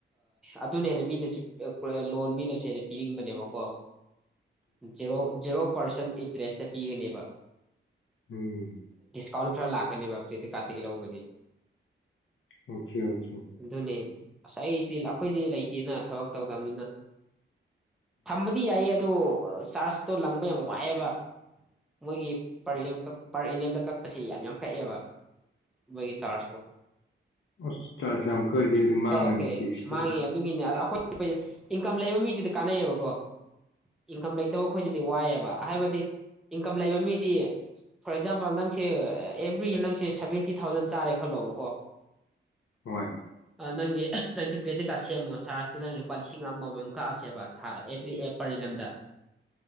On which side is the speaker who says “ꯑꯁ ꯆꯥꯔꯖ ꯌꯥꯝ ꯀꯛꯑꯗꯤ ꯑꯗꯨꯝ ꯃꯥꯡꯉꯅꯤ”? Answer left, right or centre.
Left